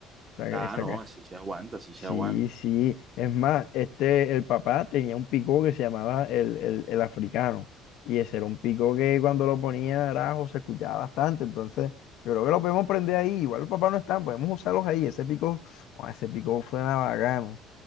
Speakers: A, on the left; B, on the right.
A: Esa,
B: Ah,
A: esa
B: no,
A: casa.
B: si se aguanta, si
A: Sí,
B: se aguanta.
A: sí. Es más, este, el papá tenía un pico que se llamaba el, el, el africano. Y ese era un pico que cuando lo ponía arajo se escuchaba bastante. Entonces, yo creo que lo podemos prender ahí. Igual los papás no están, podemos usarlos ahí. Ese pico, oh, ese pico suena bacano.